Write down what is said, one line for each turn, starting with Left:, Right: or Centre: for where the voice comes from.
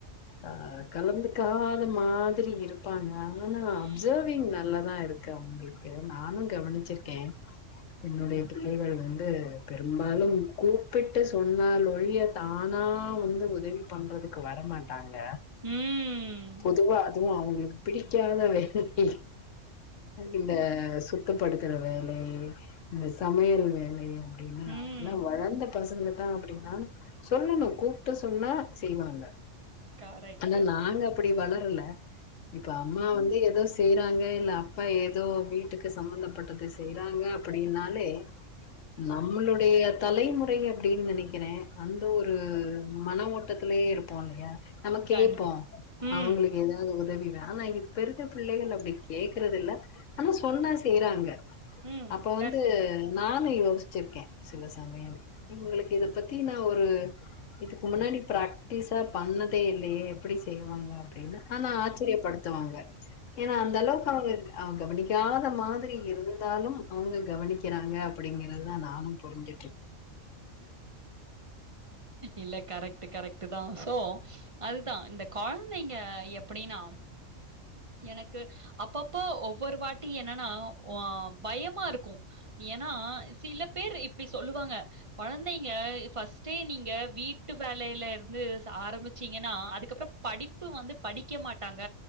Left: அ கலந்துக்காத மாதிரி இருப்பாங்க ஆனா அப்சர்விங்
Right: ம்.
Left: நல்லாதா இருக் கண்டிப்ப நானு கவனிச்சிருக்கே என்னுடைய பிள்ளைகள் வந்து பெரும்பாலு கூப்பிட்டு சொன்னால் ஒழிய தானா வந்து உதவி பண்றதுக்கு வரமாட் டாங்க
Right: ம்.
Left: பொதுவா அதுவு அவுங்களுக்கு பிடிக்காத <unintelligible> இந்த சு த்தப்படுத்துற வேலை இந்த சமையல் வேலை அப்டின்னா
Right: ம்.
Left: ஆனா வளந்த பசங்க தா அப்டின்னா சொல்லணு கூப்ட்டு சொன்னா செய்வாங்க
Right: கரெக்ட்டு.
Left: ஆனா நாங்க அப்டி வளரல இப்ப அம்மா வந்து ஏதோ செய்றாங்க இல்ல அப்பா ஏதோ வீட்டுக்கு சம்பந்தப்பட்டதை செய்யறாங்க அப்டின்னாலே நம்மளுடைய தலைமுறை அப்டின் நெனைக் கிறே அந்த ஒரு மன ஓட்டத்திலயே இருப்போ இல்லையா நம்ம
Right: கண்
Left: கேட்போ
Right: ம்.
Left: அவுங்களுக்கு ஏதாவ்து உதவி வே ஆனா இப் பெருக்க பிள்ளைகள் அப்டி கேக்குறதில்ல ஆனா சொன்னா செய்யறாங்க
Right: ம்.
Left: அப்ப வந்து
Right: கண்
Left: நானு யோசிச்சிருக்கே சில சமய இவுங்களுக்கு இத பத்தினா ஒரு இதுக்கு முன்னாடி பிர்ராக்டிஸா பண்ணதே இல்லையே எப்டி செய்வாங்க அப் டின்னு ஆனா ஆச்சரியப்படுத்துவாங்க ஏன்னா
Right: ம்.
Left: அந்த அளவுக்கு அவுங்க அ கவனிக்காத மாதிரி இருந்தாலு அவுங்க கவனிக்கிறா ங்க அப்டிங்கறிறதுதா நானு புரிஞ்ட்
Right: இல்ல கரெக்ட் கரெக்ட் தா சோ அதுதா இந்த கொழந்தைங்க எப்டின்னா எனக்கு அப்பப்போ ஒவ்வொரு வாட்டி என்னன்னா ஒ பயமா இருக்கு ஏன்னா சில பேர் இப்டி சொல்லுவாங்க கொழந்தைங்க ஃபர்ஸ்ட்டே நீங்க வீட்டு வேலையில இருந்து ச ஆரம்பிச்சீங்கன்னா அதுக்கப்பறோ படிப்பு வந்து படிக்க மாட்டாங்க